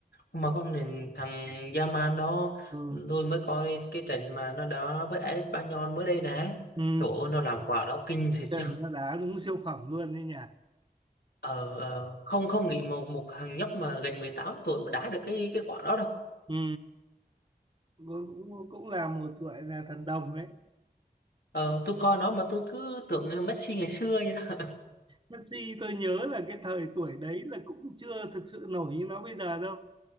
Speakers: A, on the left; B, on the right.
A: mà công nhận thằng Yamal đó
B: Ừ,
A: tôi mới coi cái trận mà nó đá với Espanyol mới đây nè
B: ừ,
A: trời ơi nó làm quả đó kinh thiệt
B: trời
A: chứ
B: nó đá đúng siêu phẩm luôn đấy nhỉ.
A: ờ, ờ, không không nghĩ một một thằng nhóc mà gần 18 tuổi mà đá được cái cái quả đó đâu
B: Ừ, cũng, cũng cũng là một tuổi là thần đồng đấy.
A: Ờ, tôi coi nó mà tôi cứ tưởng như Messi ngày xưa vậy đó.
B: Messi tôi nhớ là cái thời tuổi đấy là cũng chưa thực sự nổi như nó bây giờ đâu.